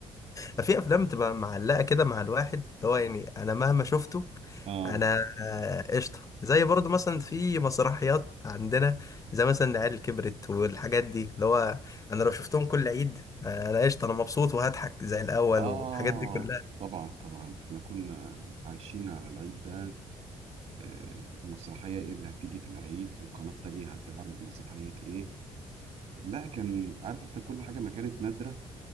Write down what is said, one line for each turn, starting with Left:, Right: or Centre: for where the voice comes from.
Left: ففي افلام بتبقى معلقه كده مع الواحد اللي هو يعني انا مهما شفته
Right: <laughs> اه
Left: انا آه، قشطه زي برضو مثلا في مسرحيات عندنا زي مثلا العيال كبرت والحاجات دي اللي هو انا لو شفتهم كل عيد آه، انا قشطه انا مبسوط وهضحك زي الاول
Right: اه
Left: والحاجات دي كلها
Right: طبعا طبعا احنا كنا عايشين على العيد ده آه، المسرحية إيه اللي هتيجي في العيد والقناة التانية هتعرض مسرحية إيه لا كان عارف أنت كل حاجة ما كانت نادرة